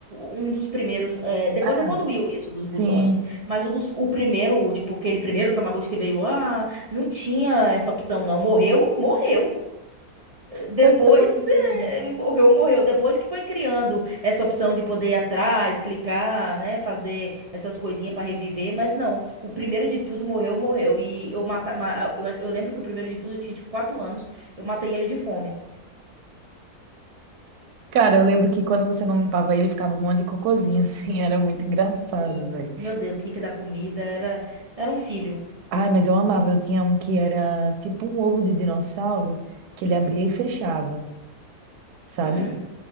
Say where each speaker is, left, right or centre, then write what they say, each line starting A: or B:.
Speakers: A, on the right (about 65°); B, on the right (about 85°).
A: um dos primeiros. é, depois
B: Ah,
A: evoluiu isso dos
B: sim.
A: botões. Mas o, dos, o primeiro, tipo, aquele primeiro Tamagotchi que veio, ah, não tinha essa opção, não. Morreu? Morreu. Depois,
B: Coitado.
A: eh,
B: né?
A: morreu, morreu. Depois que foi criando essa opção de poder ir atrás, clicar, né, fazer essas coisinhas para reviver, mas não. O primeiro de tudo morreu, morreu. E eu mata, ma- eu, eu lembro que o primeiro de tudo eu tinha tipo quatro anos, eu matei ele de fome.
B: Cara, eu lembro que quando você não limpava ele, ficava um monte de cocôzinho, assim. <laughs> Era muito engraçado,
A: Sim.
B: velho.
A: Meu Deus, tinha que dar comida, era, era um filho.
B: Ai, mas eu amava. Eu tinha um que era tipo um ovo de dinossauro que ele abria
A: Hum.
B: e fechava. sabe?
A: hum.